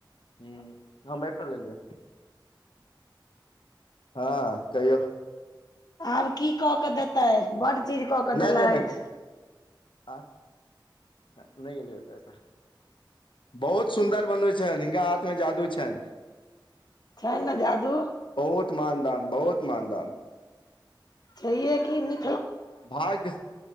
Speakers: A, on the left; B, on the left.
A: हू हम अए पर लेलियै हँ कहियौ
B: आब की कऽ क देतैथ बड चीज कऽ
A: नहि
B: क देलथि
A: नहि नहि आ ह नहि एलैय पाइ अए पर बहुत सुन्दर बनबै छैन हिनका हाथमे जादू छैन
B: छैन नऽ जादू
A: बहुत मानदान बहुत मानदान
B: छहिये की नी
A: भाग्य